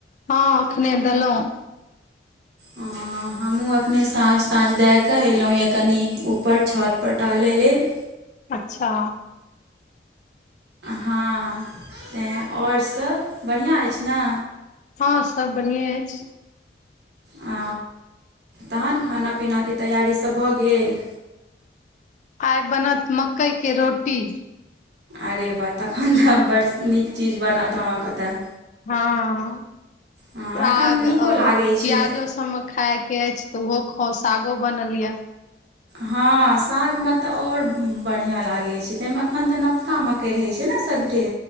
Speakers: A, on the left (about 40°); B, on the right (about 65°).
A: हँ अखने देलऊं।
B: आ। हमु अखने साँझ-ताँझ दए कऽ एलहुँ यऽ कनि ऊपर छतपर टहलै लेल।
A: अच्छा।
B: हँ तैँ, आओर सब बढ़िआँ अछि न।
A: हँ सब बढ़िएं अछि।
B: अ, तहन खाना पीनाके तैयारी सब भ गेल।
A: आइ बनत मकई के रोटी।
B: अरे बा तखन त बड़ नीक चीज बनत अहाँकेँ त।
A: हँ।
B: हँ
A: साग
B: एखन नीको
A: और
B: लागै छै
A: प्याजो सबमे खायके अइछ त उहो खाव सागो बनल ये।
B: हँ सागमे त और बढ़िआँ लागै छैय तइमे अखन त नवका म कइ रहै छैय ने सगठे।